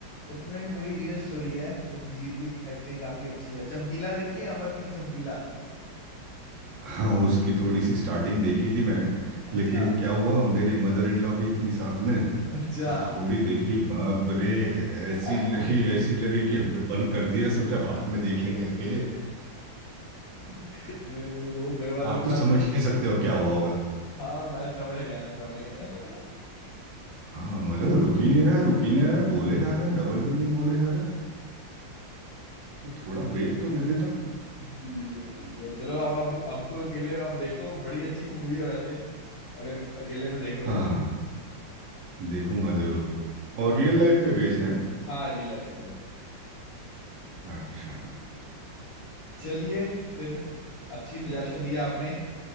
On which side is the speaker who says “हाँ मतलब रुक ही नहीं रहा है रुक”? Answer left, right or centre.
Right